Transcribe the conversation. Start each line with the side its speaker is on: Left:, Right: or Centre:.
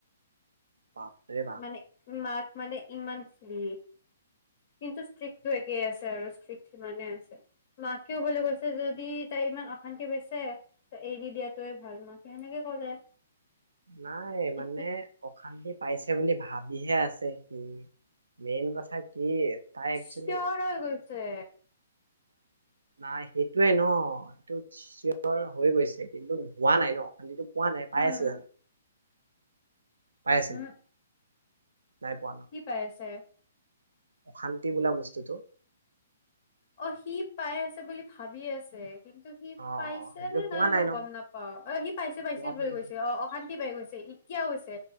Right: বাপৰে বাপ
Left: মানে মাক মানে ইমান চুলি কিন্তু ষ্ট্ৰিক্টো একেই আছে আৰু ষ্ট্ৰিক্ সিমানে আছে মা কিয় বলৈ কৈছে যদি তাই ইমান অশান্তি পাইছে তই এৰি দিয়াতোৱে ভাল মাক সেনেকে ক'লে
Right: নাই
Left: সি
Right: মানে অশান্তি পাইছে বুলি ভাবিহে আছে কি মেইন কথা কি তাই একচুৱেলি
Left: চিঞৰ হৈ গৈছে
Right: নাই সেইটোৱে ন এইটো চিঞৰ হৈ গৈছে কিন্তু হোৱা নাই ন অশান্তিতটো পোৱা নাই পাই
Left: উম
Right: আছে জানো পায় আছে
Left: উম
Right: নাই পোৱা ন
Left: কি পাই আছে।
Right: অশান্তি বোলা বস্তুটো।
Left: অ সি পাই আছে বুলি ভাবি আছে। কিন্তু সি
Right: অ
Left: পাইছে
Right: সেইটোতো
Left: নে
Right: পোৱা
Left: নাই মোক
Right: ন
Left: গম নাপাও অ সি পাইছে পাইছে
Right: পোৱাতো
Left: বুলি
Right: নাই
Left: গৈছে অ অশান্তি পাই গৈছে। এতিয়াও হৈছে